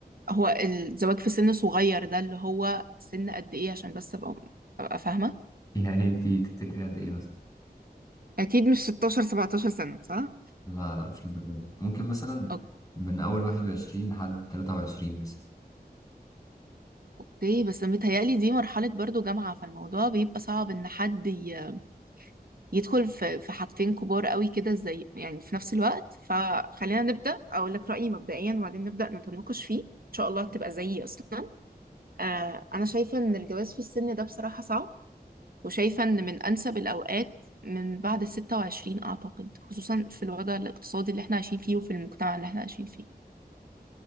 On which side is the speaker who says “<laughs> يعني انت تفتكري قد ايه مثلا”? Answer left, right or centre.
Left